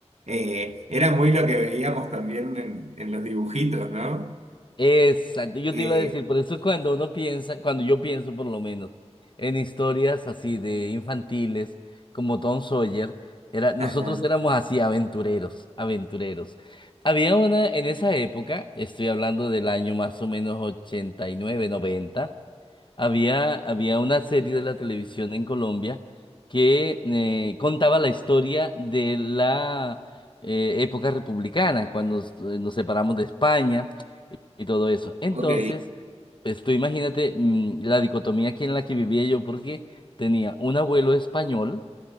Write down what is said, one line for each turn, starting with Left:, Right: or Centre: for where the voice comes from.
Right: eh, era muy lo que veíamos también en, en los dibujitos, ¿no?
Left: Exacto, yo
Right: Eh,
Left: te iba a decir, por eso cuando uno piensa, cuando yo pienso por lo menos en historias así de infantiles como Tom Sawyer, era, nosotros
Right: ajá,
Left: éramos así aventureros, aventureros. Había una en esa época, estoy hablando del año más o menos 89, 90. Había, había una serie de la televisión en Colombia que eh, contaba la historia de la eh, época republicana, cuando nos, eh, nos separamos de España y, y todo eso. Entonces,
Right: ok.
Left: pues tú imagínate mm, la dicotomía aquí en la que vivía yo, porque tenía un abuelo español